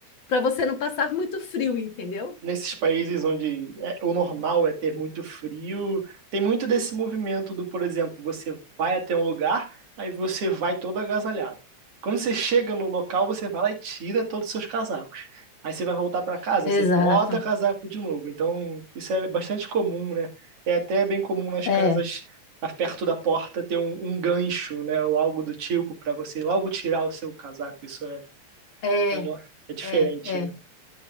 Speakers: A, on the left; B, on the right.
A: para você não passar muito frio, entendeu?
B: nesses países onde é- o normal é ter muito frio, tem muito desse movimento do, por exemplo, você vai até um lugar, aí você vai todo agasalhado. Quando você chega no local, você vai lá e tira todos os seus casacos. Aí você vai voltar para casa,
A: Exato.
B: você bota casaco de novo. Então, isso é bastante comum, né? É até bem comum nas
A: É.
B: casas a- perto da porta ter um, um gancho, né? Ou algo do tipo para você logo tirar o seu casaco. Isso é,
A: É,
B: é, uma- é diferente,
A: é, é.
B: né?